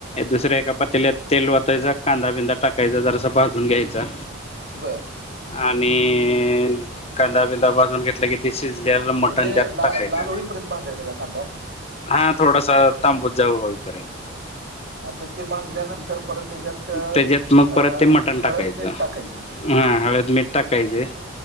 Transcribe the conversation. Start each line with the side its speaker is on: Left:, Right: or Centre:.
Left: दुसऱ्या एका पातेलात तेल वतायच कांदा <unintelligible> टाकायचा जरासा भाजून घ्यायचा
Right: बरं.
Left: आणि कांदा बिंदा भाजून घेतला की ते शिजल्याल मटन
Right: म्हणजे
Left: त्यात
Right: ला
Left: टाकायचं.
Right: लाल होईपर्यंत भाजायचा का कांदा
Left: हा थोडासा तामबु जाऊ हो पारन.
Right: आता ते भाजल्यानंतर परत त्याच्यात. अ
Left: त्याच्यात मग
Right: अ,
Left: परत ते मटण टाकायचं
Right: हळद मीठ टाकायचे
Left: हा हवेत मीठ टाकायचे.